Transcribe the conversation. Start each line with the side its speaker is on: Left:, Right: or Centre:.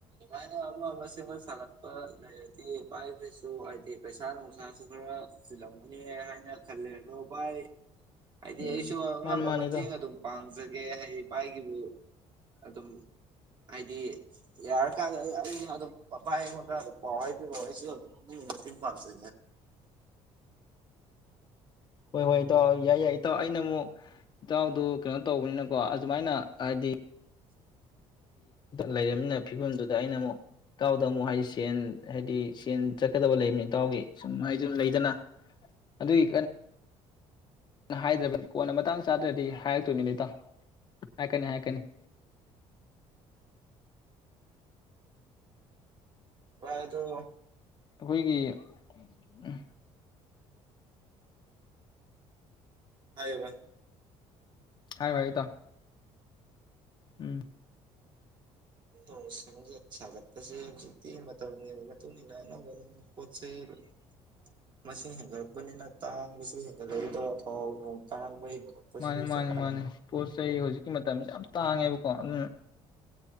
Right: ꯁꯨꯃꯥꯏꯅ ꯑꯃ ꯑꯃ ꯁꯦꯝꯒꯣꯏ ꯁꯥꯒꯠꯄ ꯂꯩꯔꯗꯤ ꯚꯥꯏꯈꯣꯏꯁꯨ ꯍꯥꯏꯗꯤ ꯄꯩꯁꯥ ꯅꯨꯡꯁꯥꯁꯨ ꯈꯔ ꯆꯜꯂꯝꯒꯅꯤ ꯍꯥꯏꯅ ꯈꯜꯂꯦ ꯑꯗꯣꯚꯥꯏ ꯍꯥꯏꯗꯤ
Left: ꯎꯝ
Right: ꯑꯩꯁꯨ ꯑꯉꯝꯕ
Left: ꯃꯥꯅꯤ ꯃꯥꯅꯤ
Right: ꯃꯇꯦꯡ
Left: ꯏꯇꯥꯎ
Right: ꯑꯗꯨꯝ ꯄꯥꯡꯖꯩ ꯑ ꯍꯤ ꯄꯥꯏꯒꯤꯕꯨ ꯑꯗꯨꯝ ꯍꯥꯏꯗꯤ ꯌꯥ ꯀ ꯑ ꯑꯗꯨ ꯄꯥꯏ ꯄꯥꯎ ꯍꯥꯏꯕꯤꯔꯛꯑꯣ ꯑꯩ ꯑꯗꯨꯝ ꯃꯇꯦꯟ ꯄꯪꯖꯥ
Left: ꯍꯣꯏ ꯍꯣꯏ ꯏꯇꯥꯎ ꯌꯥꯏ ꯌꯥꯏ ꯏꯇꯥꯎ ꯑꯩꯅ ꯑꯃꯨꯛ ꯏꯇꯥꯎꯗꯨ ꯀꯩꯅꯣ ꯇꯧꯕꯅꯤꯅꯀꯣ ꯑꯁꯨꯃꯥꯏꯅ ꯍꯥꯏꯗꯤ ꯂꯩꯔꯕꯝꯃꯤꯅ ꯐꯤꯕꯝꯗꯨꯗ ꯑꯩꯅ ꯑꯃꯨꯛ ꯏꯇꯥꯎꯗ ꯑꯃꯨꯛ ꯍꯥꯏꯗꯤ ꯁꯦꯟ ꯍꯥꯏꯗꯤ ꯁꯦꯟ ꯆꯠꯀꯗꯕ ꯂꯩꯕꯅꯤ ꯏꯇꯥꯎꯒꯤ ꯁꯨꯝ ꯍꯥꯏꯗꯤ ꯂꯩꯗꯅ ꯑꯗꯨꯒꯤ ꯍꯥꯏꯗ꯭ꯔꯕꯅꯤ ꯀꯣꯟꯅ ꯃꯇꯥꯡ ꯆꯥꯗ꯭ꯔꯗꯤ ꯍꯥꯏꯔꯛꯇꯣꯏꯅꯤ ꯂꯩꯦꯇ ꯍꯥꯏꯀꯅꯤ ꯍꯥꯏꯔꯛꯀꯅꯤ
Right: ꯄꯥꯏꯗꯣ
Left: ꯑꯩꯈꯣꯏꯒꯤ ꯎꯝ
Right: ꯍꯥꯏꯔꯤꯕ
Left: ꯍꯥꯏꯌꯨ ꯍꯥꯏꯌꯨ ꯏꯇꯥꯎ ꯎꯝ
Right: ꯍꯧ ꯁꯤꯡꯁꯠ ꯁꯥꯒꯠꯄꯁꯦ ꯍꯧꯖꯤꯛꯇꯤ ꯃꯇꯝꯒꯤꯒꯤ ꯃꯇꯨꯡ ꯃꯇꯨꯡꯏꯟꯅ ꯑꯅꯧ ꯑꯅꯅ ꯄꯣꯠ ꯆꯩꯩ ꯃꯁꯤꯡ ꯍꯦꯟꯒꯠꯂꯛꯄꯅꯤꯅ ꯇꯥꯡꯕꯁꯨ ꯍꯦꯟꯒꯠꯂꯛꯏꯗꯣ ꯊꯥꯎ ꯅꯣꯡ ꯇꯥꯡꯕ ꯍꯦꯟꯒꯠꯂꯛꯄꯁꯤ
Left: ꯃꯥꯅꯤ ꯃꯥꯅꯦ
Right: ꯆꯞ ꯃꯥꯟꯅꯩꯗ
Left: ꯃꯥꯅꯦ ꯄꯣꯠ ꯆꯩ ꯍꯧꯖꯤꯛꯀꯤ ꯃꯇꯝ ꯌꯥꯝ ꯇꯥꯉꯦꯕꯀꯣ ꯎꯝ